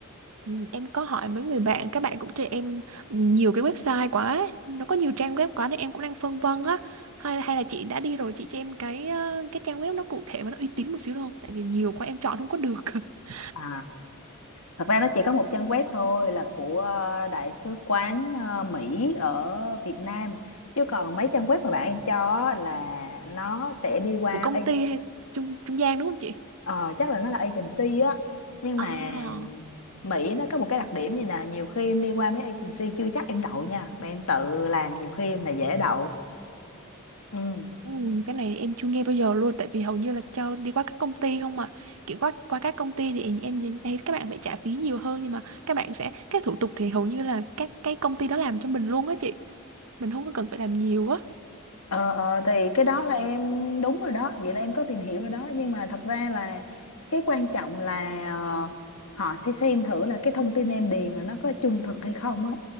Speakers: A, on the right (about 80°); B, on the left (about 85°).
A: Ừ, Em có hỏi mấy người bạn, các bạn cũng cho em nhiều cái website quá, ấy. nó có nhiều trang web quá nên em cũng đang phân vân á. Hay hay là chị đã đi rồi chị cho em cái ờ, cái trang web nó cụ thể mà nó uy tín một xíu được không? Tại vì nhiều quá em chọn không có được. <laughs>
B: À, thật ra nó chỉ có một trang web thôi là của ờ, Đại sứ quán ờ, Mỹ ở Việt Nam chứ còn mấy trang web mà bạn em cho á là nó sẽ đi qua
A: Của công ty hay trung trung gian đúng không chị?
B: Ờ, chắc là nó là agency á nhưng
A: À,
B: mà Mỹ nó có một cái đặc điểm như là nhiều khi em đi qua mấy agency chưa chắc em đậu nha mà em tự làm nhiều khi em là dễ đậu ừ
A: ừ, cái này em chưa nghe bao giờ luôn tại vì hầu như là cho đi qua các công ty không mà kiểu qua qua các công ty thì em nhìn thấy các bạn phải trả phí nhiều hơn nhưng mà các bạn sẽ các thủ tục thì hầu như là các cái công ty đó làm cho mình luôn á chị mình không có cần phải làm nhiều á
B: Ờ, ờ, thì cái đó là em đúng rồi đó vậy là em có tìm hiểu rồi đó nhưng mà thật ra là cái quan trọng là ờ, họ sẽ xem thử là cái thông tin em điền là nó có trung thực hay không á